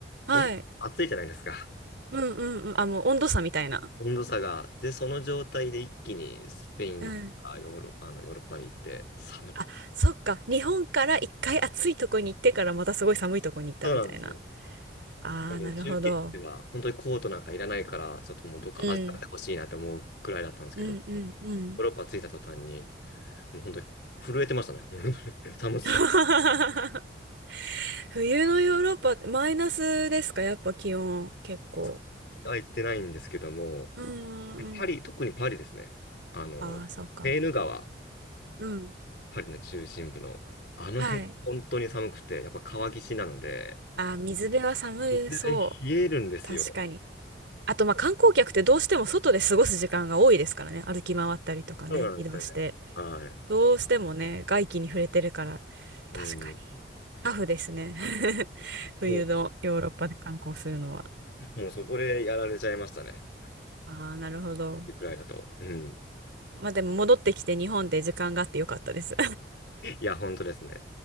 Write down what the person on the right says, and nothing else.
はい。
うんうんうん。あ、もう温度差みたいな。
うん。
あ、そっか。日本から一回暑いとこに行ってからまたすごい寒いとこに行ったみたいな。
ああ、
なるほど。
うん。うんうんうん。
<laughs> 冬のヨーロッパ、マイナスですかやっぱ気温、結構。
うんうんうん。
ああ、そうか。
うん。
はい。
あー、水辺は寒そう。
確かに。あと、まあ、観光客ってどうしても外で過ごす時間が多いですからね。歩き回ったりとかね、
移動して。
どうしてもね、外気に触れてるから、
確かに。タフですね。<laughs> 冬のヨーロッパで観光するのは。
ああ、なるほど。
まあ、でも戻ってきて日本で時間があってよかったです。